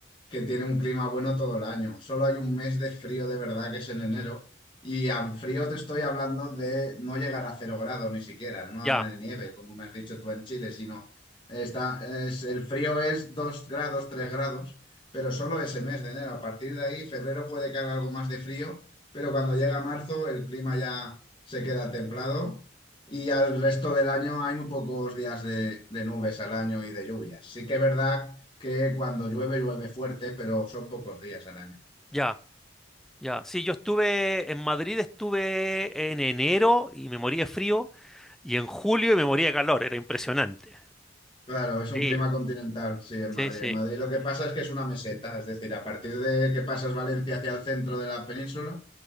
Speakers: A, on the left; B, in the centre.
A: que tiene un clima bueno todo el año. Solo hay un mes de frío de verdad que es en enero. Y al frío te estoy hablando de no llegar a cero grados ni siquiera, no a
B: Ya,
A: de nieve, como me has dicho tú en Chile, sino está, es, el frío es dos grados, tres grados, pero solo ese mes de enero. A partir de ahí, febrero puede que haga algo más de frío, pero cuando llega marzo el clima ya se queda templado y al resto del año hay muy pocos días de, de nubes al año y de lluvias. Sí que es verdad que cuando llueve, llueve fuerte, pero son pocos días al año.
B: ya, ya. Sí, yo estuve en Madrid, estuve en enero y me moría de frío, y en julio y me moría de calor, era impresionante.
A: Claro, es un
B: Sí,
A: clima continental, sí, en
B: sí,
A: Madrid.
B: sí.
A: En Madrid lo que pasa es que es una meseta, es decir, a partir de que pasas Valencia hacia el centro de la península,